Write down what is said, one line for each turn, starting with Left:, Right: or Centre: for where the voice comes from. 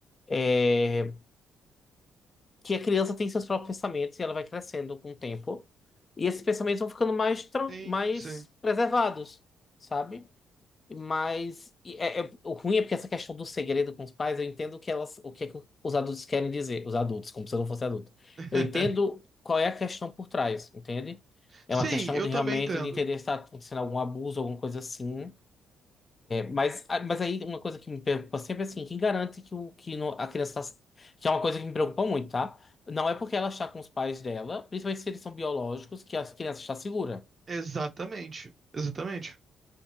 Left: é, que a criança tem seus próprios pensamentos e ela vai crescendo com o tempo. E esses pensamentos vão ficando mais, tran-
Right: sim,
Left: mais
Right: sim.
Left: preservados, sabe? Mas e é, é- o ruim é porque essa questão do segredo com os pais, eu entendo o que elas, o que, é que os adultos querem dizer, os adultos, como se eu não fosse adulto.
Right: <laughs>
Left: Eu entendo qual é a questão por trás, entende? É
Right: Sim,
Left: uma questão
Right: eu
Left: de
Right: também
Left: realmente
Right: entendo.
Left: de entender se está acontecendo algum abuso, alguma coisa assim. Mas, ah, mas aí uma coisa que me preocupa sempre é assim, quem garante que, o, que no- a criança está... Que é uma coisa que me preocupa muito, tá? Não é porque ela está com os pais dela, principalmente se eles são biológicos, que a criança está segura,
Right: Exatamente, exatamente.